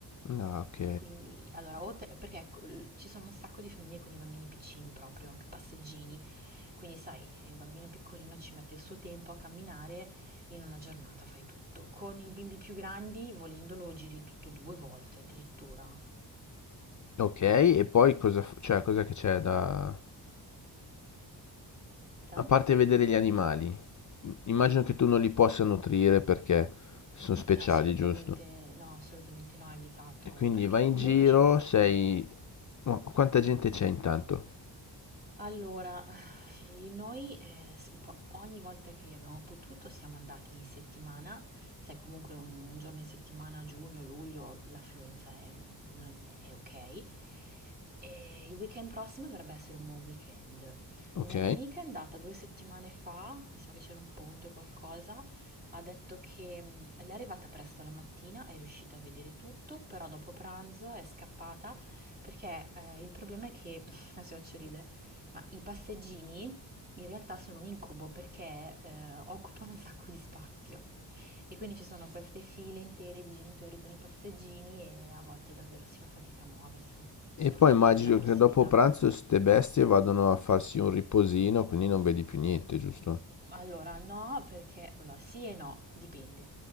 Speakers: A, on the left; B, on the right.
A: Ah, ok.
B: Quindi, allora, o te- perché ecco, l- ci sono un sacco di famiglie con i bambini piccini proprio, anche passeggini, quindi sai, eh, il bambino piccolino ci mette il suo tempo a camminare, in una giornata fai tutto. Con i bimbi più grandi, volendolo, giri tutto due volte addirittura.
A: Ok, e poi cosa... f- cioè, cosa che c'è da...
B: Da?
A: A parte vedere gli animali, immagino che tu non li possa nutrire perché sono speciali,
B: Assolutamente
A: giusto?
B: no, assolutamente no, ha evitato,
A: E quindi
B: perché
A: vai
B: comunque
A: in giro,
B: c'è molta
A: sei...
B: cura.
A: ma quanta gente c'è intanto?
B: Allora, eh, noi eh, s- po- ogni volta che abbiamo potuto siamo andati in settimana, sai comunque un, un giorno in settimana, giugno, luglio, l'affluenza è, mm, non- è ok. E il weekend prossimo dovrebbe essere un buon weekend.
A: Ok.
B: Una mia amica è andata due settimane fa, mi sembra che c'era un ponte o qualcosa, ha detto che mh, lei è arrivata presto la mattina, è riuscita a vedere tutto, però dopo pranzo è scappata perché eh, il problema è che, <laughs> adesso vi faccio ridere, ma i passeggini in realtà sono un incubo perché eh, occupano un sacco di spazio e quindi ci sono queste file intere di genitori con i passeggini e a volte davvero si fa fatica a muoversi, soprattutto
A: E poi immagino
B: nella prossimità
A: che dopo pranzo ste bestie vadano a farsi un riposino, quindi non vedi più niente, giusto?
B: Allora, no, perché allora, sì e no, dipende.